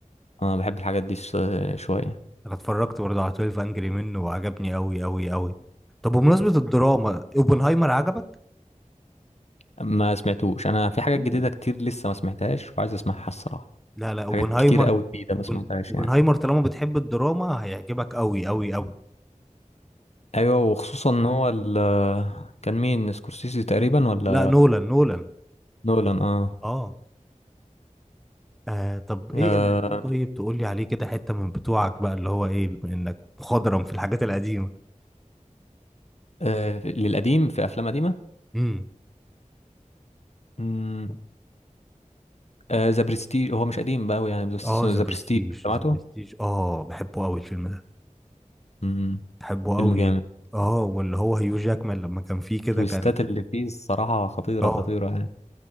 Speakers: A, on the left; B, in the centre.
A: انا بحب الحاجات دي ش- شويه
B: انا اتفرجت برضه على 12 انجري مان وعجبني قوي قوي قوي طب بمناسبه الدراما اوبنهايمر عجبك
A: ما سمعتوش انا في حاجات
B: اوه
A: جديده كتير لسه ما سمعتهاش وعايز اسمعها الصراحه
B: لا لا اوبنهايمر
A: حاجات كتير قوي جديده ما
B: أوبن...
A: سمعتهاش
B: اوبنهايمر
A: يعني
B: طالما بتحب الدراما هيعجبك قوي قوي قوي
A: ايوه وخصوصا ان هو ال كان مين سكورسيزي تقريبا ولا
B: لا نولان نولان
A: نولان اه,
B: اه آه طب ايه
A: آه,
B: القديم طيب تقول لي عليه كده حته من بتوعك بقى اللي هو ايه بما انك مخضرم في الحاجات القديمه
A: آه للقديم في افلام قديمه
B: امم
A: امم آه ذا برستيج هو مش قديم بقى أوي يعني بس
B: اه
A: اسمه
B: ذا
A: ذا
B: آه، برستيج
A: برستيج سمعته
B: ذا برستيج اه بحبه قوي الفيلم ده
A: امم
B: بحبه
A: فيلم
B: قوي
A: جامد
B: اه واللي هو هيو جاكمان لما كان فيه كده
A: التويستات
B: كان
A: اللي فيه الصراحه خطيره
B: اه
A: خطيره يعني